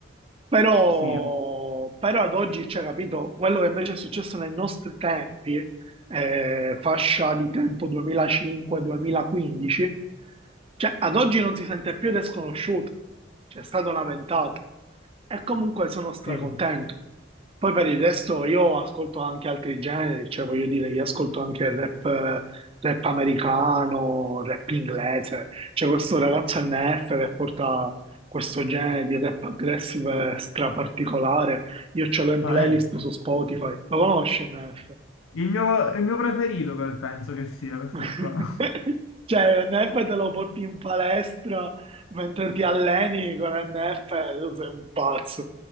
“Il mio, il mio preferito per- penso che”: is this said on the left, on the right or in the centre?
Left